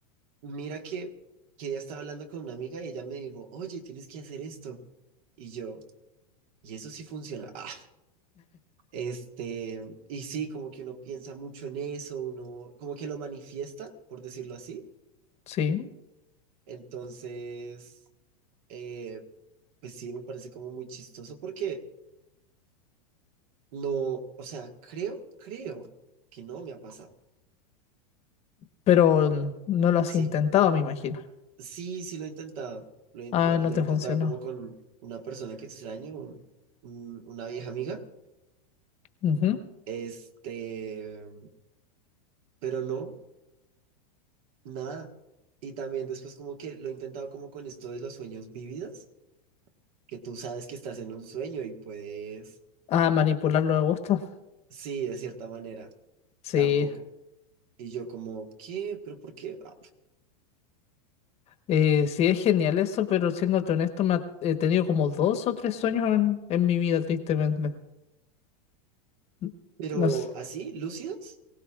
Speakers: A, on the right (about 60°); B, on the left (about 30°).
A: Mira que, que ya estaba hablando con una amiga y ella me dijo, oye, tienes que hacer esto. Y yo, y eso sí funciona. Ah, este, y sí, como que uno piensa mucho en eso, uno como que lo manifiesta, por decirlo así.
B: Sí,
A: Entonces, eh, pues sí, me parece como muy chistoso porque No, o sea, creo, creo que no me ha pasado.
B: pero mm, no lo has
A: Sí,
B: intentado, me imagino.
A: sí, sí lo he intentado. Lo, he
B: Ah,
A: lo-
B: no
A: lo
B: te
A: he intentado
B: funcionó.
A: como con una persona que extraño, un- un- una vieja amiga.
B: Ujú.
A: Este, pero no, nada. Y también después como que lo he intentado como con esto de los sueños vividos, que tú sabes que estás en un sueño y puedes,
B: Ah, manipularlo a gusto.
A: sí, de cierta manera,
B: Sí,
A: tampoco. Y yo como, ¿qué? ¿Pero por qué? Ah,
B: Eh, sí, es genial eso, pero siéndote honesto, me ha- he tenido como dos o tres sueños en, en mi vida, tristemente. N-
A: pero
B: No sé.
A: así, lúcidos.